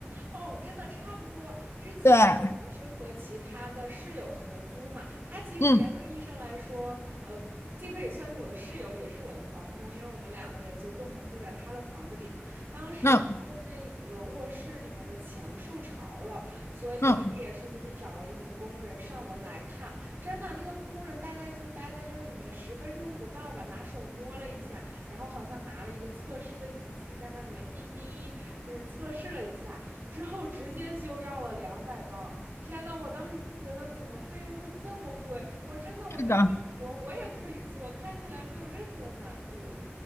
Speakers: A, on the right; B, on the left.
A: 哦，真的差不多。之前我不是和其他的室友合租嘛，
B: 对，
A: 他其实严格意义上来说，
B: 嗯
A: 呃，既可以算是我的室友，也是我的房东，因为我们两个人就共同住在他的房子里嘛。当时他的那个卧室里面的墙受潮了，
B: 嗯
A: 所以他也是就是找了一名工人上门来看。
B: 嗯，
A: 真的，那个工人大概就待在这里面十分钟不到吧，拿手摸了一下，然后好像拿了一个测试的仪器在那里面滴滴，就是测试了一下。之后直接就要了两百磅。天呐，我当时就觉得怎么费用会这么贵？我真的我觉得这个活儿我也可以做，
B: 是的。
A: 看起来没有任何的难度。